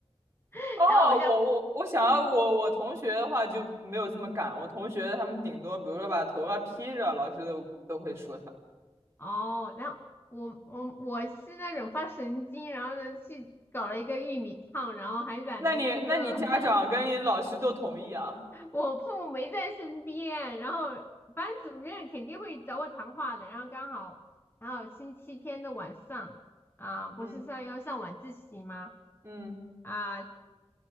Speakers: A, on the left; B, on the right.
A: <laughs>
B: 哦，
A: 然后我就
B: 我我我想要我我同学的话就没有这么敢，我同学他们顶多比如说把头发披着，老师都都会说他。
A: 哦，然后我我我是那种发神经，然后呢去搞了一个玉米烫，然后还染了一个
B: 那你那你家长跟你老师都同意啊？
A: <laughs> 我父母没在身边，然后班主任肯定会找我谈话的。然后刚好，然后星期天的晚上啊，不是上要上晚自习吗？
B: 嗯嗯
A: 啊，